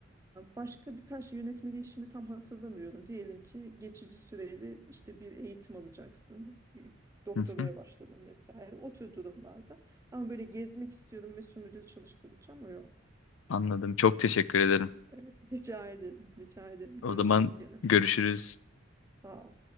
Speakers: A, on the right; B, on the left.
A: başka birkaç yönetmeliği şimdi tam hatırlamıyorum. Diyelim ki geçici süreli işte bir eğitim alacaksın. Doktoraya
B: <laughs>
A: başladın vesaire. O tür durumlarda. Ama böyle gezmek istiyordum ve sümürde çalıştıracağım ama yok.
B: Anladım. Çok teşekkür ederim.
A: Öyle, <laughs> rica ederim, rica ederim. Görüşürüz
B: O zaman
A: gene.
B: görüşürüz.
A: Sağ ol.